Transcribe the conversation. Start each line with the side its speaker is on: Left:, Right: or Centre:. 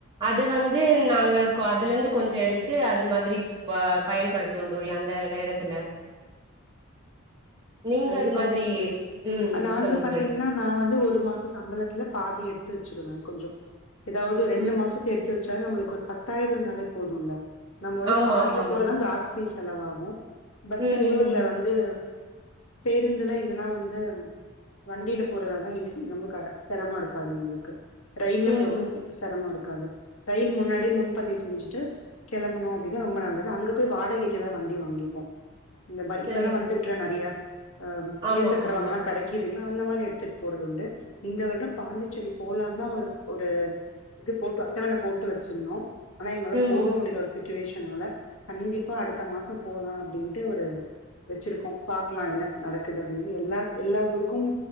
Right: அத வந்து நாங்க அதுல இருந்து கொஞ்சம் எடுத்து அது மாதிரி பயன்படுத்துவோம் தோழி அந்த நேரத்துல நீங்க
Left: கண்டிப்பா
Right: அது மாதிரி ம் ம்
Left: நாங்க
Right: சொல்லுங்க
Left: பாத்தீங்கன்னா
Right: தோழி
Left: நான் வந்து ஒரு மாசம் சம்பளத்துல பாதி எடுத்து வச்சிருவேன் கொஞ்சம் ஏதாவது ரெண்டு
Right: ம்
Left: மாசத்தை எடுத்து சார் நம்மளுக்கு ஒரு பத்தாயிரம் இருந்தாலே போதும்ல நம்ம வந்து
Right: ஆமா
Left: கார்ல
Right: ஆமா ஆமா
Left: போறதுதான் ஜாஸ்தி செலவாகும் பஸ்லயோ
Right: ம் ம்
Left: இல்ல வந்து பேருந்துலாம் இல்லைன்னா வந்து வண்டியில போறது தான் ஈஸி ரொம்ப சிரமாம இருக்காது நம்மளுக்கு ரயில்ல
Right: ம்
Left: போறதும்
Right: ம்
Left: சிரமம்மா இருக்கு ரயில் முன்னாடி முன்பதிவு செஞ்சுட்டு கிளம்பணும் அப்படின்னா ரொம்ப நல்லது அங்க போய் வாடகைக்குதான் வண்டி வாங்கிப்போம் இந்த இப்பெல்லாம்
Right: சரிங்க
Left: வந்திருக்கலாம் நிறைய ஆஹ
Right: ஆமா
Left: இரு சக்கரவாகனம்
Right: ஆமா ஆமா
Left: எல்லாம் கிடைக்குது அந்த மாதிரி எடுத்துட்டு போறது உண்டு இந்த வருடம் பாண்டிச்சேரி போலாம் தான் ஒரு இது போட்டு அட்டவனை போட்டு வச்சிருந்தோம் ஆனா எங்களால
Right: ம்
Left: போக முடியல ஒரு சுச்சுவேஷன்ல கண்டிப்பா அடுத்த மாசம் போலாம் அப்படினு ஒரு வச்சிருக்கோம் பாக்கலாம் என்ன நடக்குது அப்படின்னா எல்லா எல்லா ஊருக்கும்